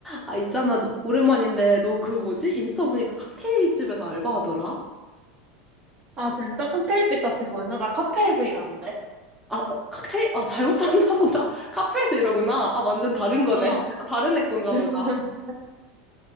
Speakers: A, in the centre; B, on the right.
A: 아, 있잖아. 너- 오랜만인데, 너 그 뭐지? 인스타 보니까 칵테일 집에서 알바하더라?
B: 아, 진짜? 칵테일집 같이 보였나? 나 카페에서 일하는데?
A: 아, 어, 칵테일, 아, 잘못 봤나 보다. <laughs> 카페에서 이러구나. 아, 완전 다른 거네.
B: 어.
A: 아, 다른 애 건가
B: <laughs>
A: 보다.